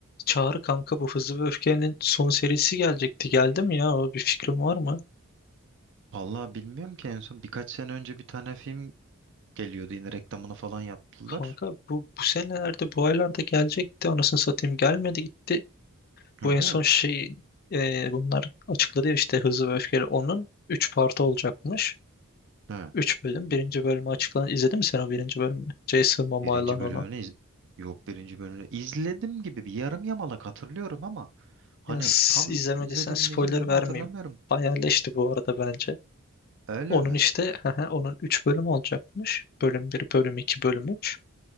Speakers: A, on the left; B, on the right.
A: Çağrı kanka bu Hızlı ve Öfke'nin son serisi gelecekti. Geldi mi ya? O Bir fikrin var mı?
B: Vallahi bilmiyorum ki en son birkaç sene önce bir tane film geliyordu yine reklamını falan yaptılar.
A: Kanka bu bu senelerde bu aylarda gelecekti. Anasını satayım gelmedi gitti.
B: Öyle
A: Bu en son
B: mi?
A: şey e, bunlar açıkladı ya işte Hızlı ve Öfkeli onun 3 parti olacakmış.
B: He.
A: üç bölüm. Birinci bölümü açıklandı. İzledin mi sen o birinci bölümünü? Jason Momoa'yla
B: Birinci
A: olan.
B: bölümünü iz- yok birinci bölümünü izledim gibi bir yarım yamalak hatırlıyorum ama hani
A: Ya s-
B: tam
A: izlemediysen
B: izledim
A: spoiler
B: mi izlemedim
A: vermeyeyim.
B: mi hatırlamıyorum.
A: Bayağı leşti bu arada bence.
B: Öyle
A: Onun
B: mi?
A: işte <laughs> onun 3 bölüm olacakmış. Bölüm bir bölüm iki bölüm üç